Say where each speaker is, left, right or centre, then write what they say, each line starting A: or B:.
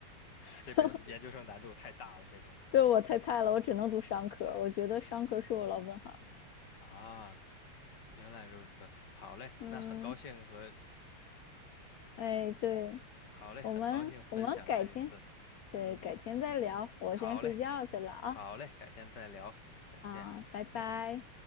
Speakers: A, on the left (about 80°); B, on the left (about 50°).
A: <laughs>
B: 这边研究生难度太大了，这种是吧？
A: 对我太菜了，我只能读商科，我觉得商科是我老本行。
B: <laughs> 啊，原来如此，好嘞，
A: 嗯，
B: 那很高兴和，
A: 哎，对
B: 好嘞，
A: 我们，
B: 很高兴分享这一次，
A: 我们改天，对，
B: 嗯嗯，
A: 改天再聊，我先睡觉去了啊
B: 好嘞，好嘞，改天再聊，再见，
A: 啊，拜拜。
B: 哎。